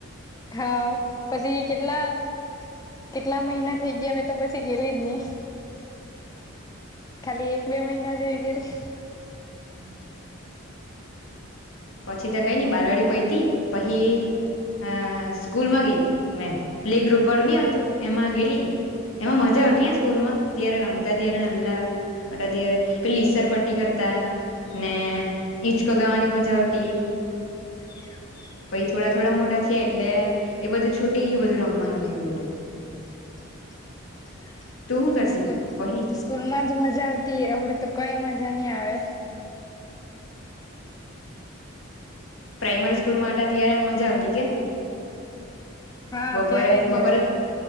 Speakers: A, on the left (about 15°); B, on the left (about 80°).
A: હા પછી કેટલા કેટલા મહિના થઇ ગયા મે તો પછી ગેલી જ નહી. ખાલી એક બે મહિના જેવી ગયલી.
B: <inaudible> પછી તો કઈ નઈ બાલવાડી પૈયતી પહી અ સ્કૂલમાં ગઈ મે પ્લે ગ્રુપ વાળું નહીં હતું એમાં ગેલી એમાં મજા આવતી સ્કૂલ માં ત્યારે રમતા ત્યારે નલ્લા અત્યારે પે ઈસર પટ્ટી કરતા ને ઈચકો ગાવાની મજા આવ તી
A: <inaudible>
B: પહી થોડા થોડા મોટા થયા એટલે એ બધું છૂટી ગયું બધું રમવાનું ને એવું બધું.
A: <inaudible>
B: તું શું કરતી
A: સ્કૂલ
B: પહી
A: સ્કૂલમાં જ મજા આવતી અવડે તો કઈ મજા નઈ આવે
B: પ્રાઈમરી સ્કૂલમાં માટે અ ત્યારેમ મજા આવતી કે
A: હા
B: બપોરે
A: ત્યારે જ મજા
B: બપોરે